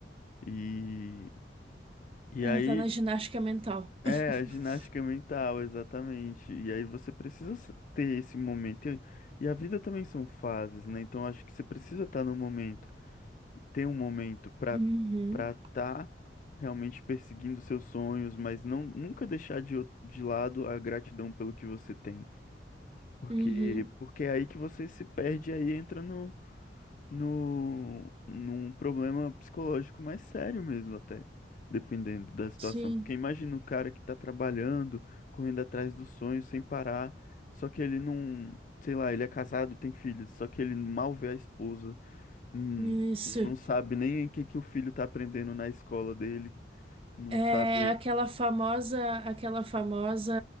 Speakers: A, on the left; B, on the right.
A: E, e
B: Ela
A: aí,
B: tá na ginástica mental.
A: é
B: <laughs>
A: a ginástica mental, exatamente. E aí você precisa s- ter esse momento. E e a vida também são fases, né? Então acho que você precisa estar no momento, ter um momento para
B: Uhum,
A: para estar realmente perseguindo seus sonhos, mas não nunca deixar de, o- de lado a gratidão pelo que você tem. Porque,
B: uhum,
A: porque é aí que você se perde, aí entra no, no, num problema psicológico mais sério mesmo, até, dependendo da situação.
B: sim,
A: Porque imagina o cara que tá trabalhando, correndo atrás do sonho sem parar, só que ele não, sei lá, ele é casado, e tem filhos, só que ele mal vê a esposa, hum,
B: isso.
A: não sabe nem o que que o filho tá aprendendo na escola dele, não
B: É
A: sabe
B: aquela
A: tipo,
B: famosa, aquela famosa